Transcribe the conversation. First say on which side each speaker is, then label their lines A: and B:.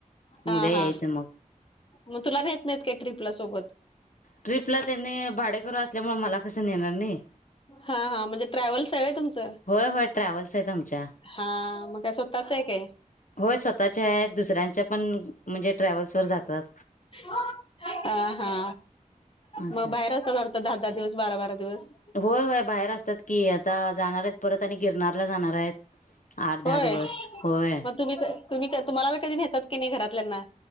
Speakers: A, on the left; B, on the left.
A: हा-हा,
B: उद्या यायचं मग
A: मग तुला नेत नाहीत काय ट्रीपला सोबत?
B: ट्रीपला तेन्ही भा डेकरू असल्यामुळे मला कस नेणार नी.
A: हा हा म्हणजे ट्रॅव्हल्स आहे तुमचं
B: ट्रॅव्हल्स आहेत आमच्या.
A: हा, मग काय स्वतःच हाय काय?
B: होय स्वतःच्या आहेत. दुसऱ्यांच्या पण म्हणजे, ट्रॅव्हल्स वर जातात.
A: <unintelligible> हा हा.
B: असं
A: मग बाहेर असतात वाटतं दहा, दहा दिवस, बारा, बारा दिवस.
B: होय होय बाहेर असतात की. आता जाणार आहेत परत आणि गिरनारला जाणार आहेत. आठ दहा
A: होय
B: दिवस. होय.
A: मग तुम्ही तर, तुम्ही, तुम्हाला कधी नेतात की नाही घरातल्याना?